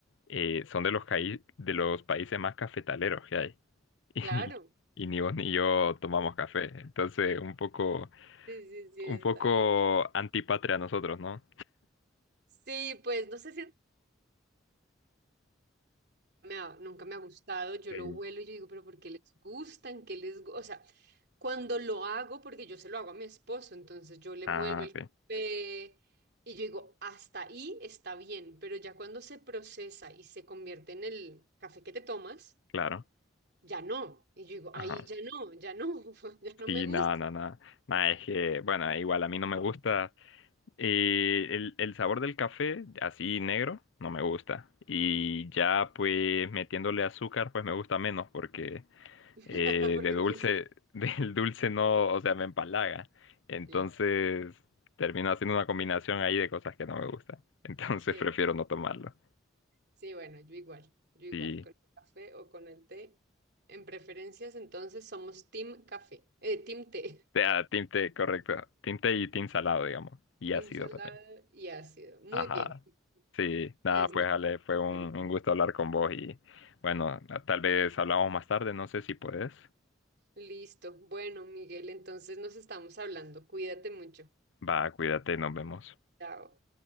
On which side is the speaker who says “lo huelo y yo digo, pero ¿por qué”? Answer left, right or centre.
Right